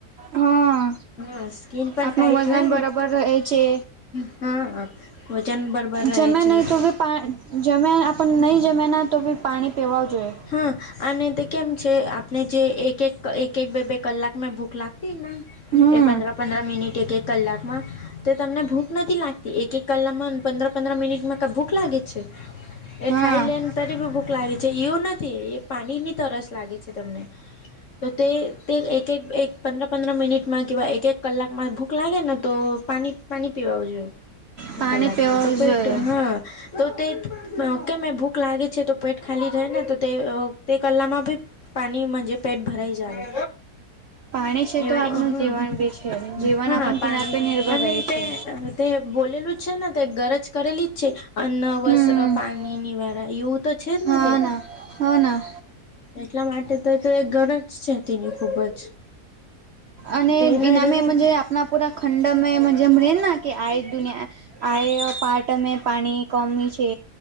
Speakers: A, on the right; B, on the left.
A: હા
B: હા સ્કીન પણ
A: આપણું
B: ટાઇટ
A: વજન
B: ન
A: બરાબર
B: ને
A: રહે છે.
B: હ વજન બરબર રહે
A: જમ્યા
B: છે.
A: નહીં તો બી પાણી જમ્યા આપ નહીં જમ્યા ન તો બી પાણી પીવા જોઈએ
B: હા અને તે કેમ છે આપણે જે એક એક એક એક બે બે કલાકમાંં ભૂખ લાગ એ
A: હમ
B: પંદર પંદર મિનિટ એક એક કલાકમાં તે તમને ભૂખ નથી લાગતી એક એક કલામાં પંદર પંદર મિનિટમાં કઈ ભૂખ લાગે છે, એ
A: હા
B: ખાઈ લને તરી ભી ભૂખ લાગી. જે એવું નથી એ પાણીની તરસ લાગે છે તમને તો તે તે એક એક પંદર પંદર મિનિટમાં કે એક એક કલાકમાં ભૂખ લાગે ને તો પા પાણી પીવાવુ જોઈએ. એક
A: પાણી
B: કલાકમાં
A: પીવાવું
B: તો પેટ
A: જોઈએ.
B: હા તો તે કેમે ભૂખ લાગે છે તો પેટ ખાલી રહે ને તો તે તે કલામાં ભી પાણીજ પેટ ભરાઈ જાય.
A: પાણી છે
B: એ હ
A: તો આપણું જીવન બી છે જીવન
B: હા
A: આપણ
B: પાણી
A: તેના પર નિર્ભર
B: અને
A: રહે છે.
B: તે બોલેલું જ છે ને તે ગરજ કરેલી જ છે અન્ન વસ્ત્ર
A: હમ
B: પાણી નિ વારા એવું તો એટલે જ
A: હા
B: ને તે
A: ના હા ના.
B: એટલા માટેજ માટે તો ઘર જ છે તેની ખુબ જ
A: અને
B: તે ન
A: એનામેજ
B: રહેવા
A: આપણા પૂરા ખંડ મે જેમ ર કે આ દુનિયા આ પાર્ટમે પાણી કોમી છે.